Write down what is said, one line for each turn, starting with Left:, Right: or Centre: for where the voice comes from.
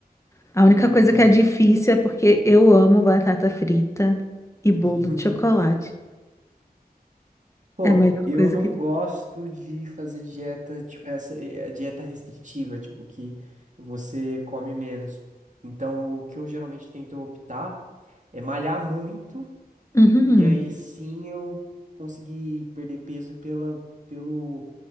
Left: A única
Right: Uhum.
Left: coisa que é difícil é porque eu amo batata frita e bolo
Right: <laughs>
Left: de chocolate.
Right: Pô,
Left: É a melhor
Right: eu
Left: coisa
Right: não
Left: que tem.
Right: gosto de fazer dieta, tipo, essa eh, dieta restritiva, tipo, que você come menos. Então, o que eu geralmente tento optar é malhar muito,
Left: Uhum.
Right: e aí sim eu consegui perder peso pela, pelo